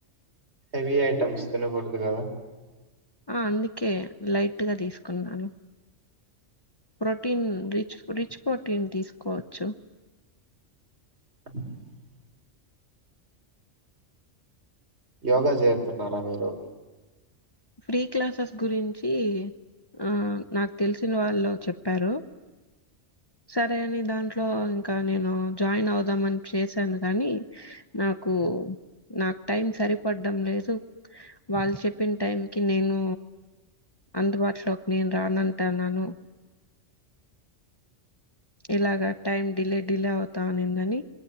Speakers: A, on the right; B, on the left.
A: heavy items తినకూడదు ఇయ్యావ
B: ఆ అందుకే లైట్గా తీసుకున్నాను ప్రోటీన్ రిచ్ రిచ్ ప్రోటీన్ తీసుకోవచ్చు
A: ఓహో యోగా చేరుతున్నారా మీరు
B: ఫ్రీ క్లాసెస్ గురించి ఆ నాకు తెలిసిన వాళ్ళు చెప్పారు సరే అని దాంట్లో ఇంకా నేను జాయిన్ అవుదామని చేసాను కానీ నాకు నాకు టైం సరిపడ్డం లేదు వాళ్ళు చెప్పిన టైం కీ నేను అందుబాటులోకి నేను రానంటా అన్నాను ఇలాగా టైం డిలే డిలే అవుతానేందని